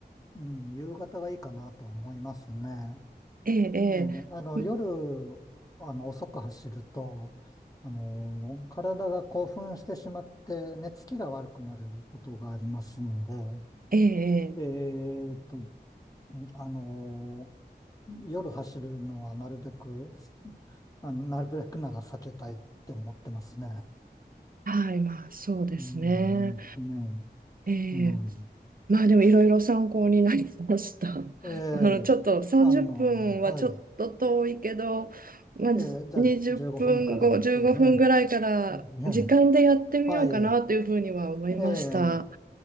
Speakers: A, on the left; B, on the right.
A: うん、夕方がいいかなと思いますね。
B: ええ、
A: ええ、あの、
B: ええ、
A: 夜、あの、遅く走ると、あの、体が興奮してしまって、寝つきが悪くなることがありますんで、
B: ええ、ええ
A: えーっと、あの、夜走るのはなるべく、あの、なるべくなら避けたいって思ってますね。
B: はい、まあそうですね。
A: うん、ですね。
B: ええ
A: うん。
B: まあでもいろいろ参考になりました。<laughs>
A: ええ、
B: あのちょっと30分はちょっと遠いけど、
A: あの、はい。
B: まあ、
A: ええ、
B: じ20分後、
A: じゃあ、15分からって、
B: 15分ぐらいから時間でやってみようかなというふうには思いました。
A: ええ、ねはい。ええ、